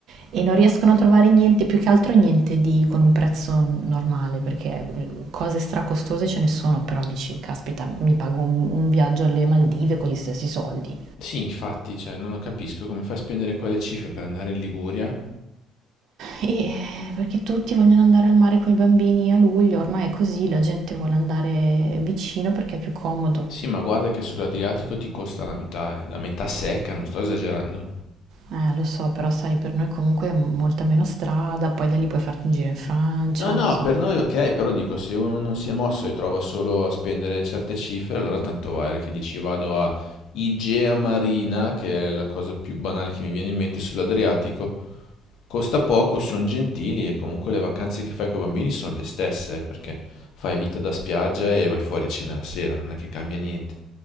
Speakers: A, on the right (about 70°); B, on the left (about 70°).
A: e non riescono a trovare niente, più che altro niente di con un prezzo normale, perché cose stracostose ce ne sono, però dici, caspita, mi pago un, un viaggio alle Maldive con gli stessi soldi.
B: Sì, infatti, cioè, non lo capisco come fai a spendere quelle cifre per andare in Liguria.
A: E eh, perché tutti vogliono andare al mare con i bambini a luglio, ormai è così, la gente vuole andare vicino perché è più comodo.
B: Sì, ma guarda che sull'Adriatico ti costa la metà, eh. La metà secca, non sto esagerando.
A: Eh, lo so, però sai, per noi comunque è molta meno strada, poi da lì puoi farti un giro in Francia,
B: No, no,
A: insomma,
B: per noi ok, però dico, se uno non si è mosso e trova solo a spendere certe cifre, allora tanto vale che dici vado a Igea Marina, che è la cosa più banale che mi viene in mente sull'Adriatico, costa poco, sono gentili e comunque le vacanze che fai con i bambini sono le stesse, eh, perché fai vita da spiaggia e vai fuori a cena la sera, non è che cambia niente.